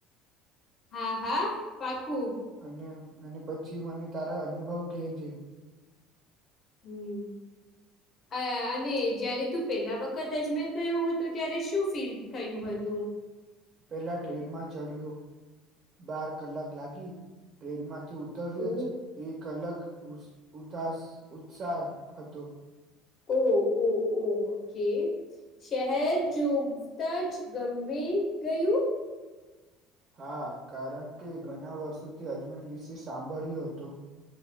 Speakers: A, on the left; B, on the right.
A: હા હા પાકું.
B: અને અને પછી મને તારા અનુભવ કેહેજે.
A: હમ અ અને જયારે તું પેલા વખત અજમેર ગયો હતોું ત્યારે શું ફીલ થયું હતું
B: પહેલા ટ્રેનમાં ચડ્યો બાર કલાક લાગી ટ્રેનમાં તે ઉતર્યો
A: ઓ
B: છે એક અલગ ઉ ઉતાસ ઉત્સાહ હતો.
A: ઓહ ઓ ઓ ઓકે. શહેર જોવતા જ ગમી ગયું?
B: હા, કારણ કે ઘણા વર્ષોથી અજમેર વિશે સાંભળ્યો હતો.